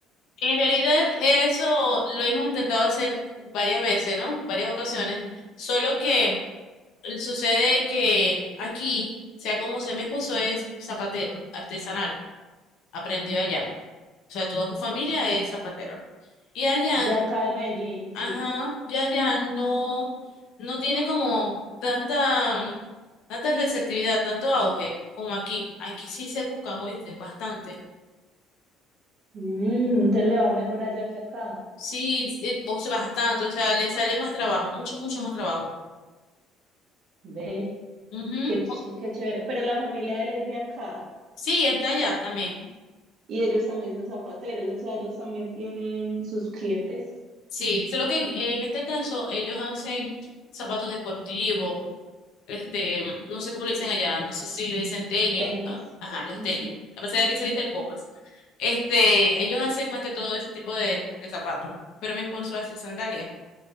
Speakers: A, on the left (about 65°); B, on the right (about 45°).
A: En realidad, eso lo hemos intentado hacer varias veces, ¿no? Varias ocasiones, solo que eh, Sucede que aquí, sea como sea, mi esposo es zapatero, artesanal, aprendió allá. O sea, toda su familia es zapatero. Y allá,
B: De acá de Medellín, sí.
A: ajá, ya allá no, no tiene como tanta, mm, tanta receptividad, tanto auge como aquí. Aquí sí se buscan, oíste, bastante.
B: Mm, entonces le va mejor allá que acá.
A: Sí, sí, vos bastante, o sea, le sale más trabajo, mucho, mucho más trabajo.
B: Ve,
A: Ujú.
B: qué, ch- qué chévere. Pero la familia de él es de acá
A: Sí, está allá también.
B: y ellos también son zapateros, o sea, ellos también tienen sus clientes,
A: Sí, solo que en este caso ellos hacen zapatos deportivos, este, no sé cómo le dicen allá, no sé si le dicen tenis,
B: tenis.
A: ah, ajá, los
B: Ujú.
A: tenis, a pesar de que se le dicen gomas. Este, ellos hacen más que todo ese tipo de, de zapatos, pero mi esposo hace sandalias,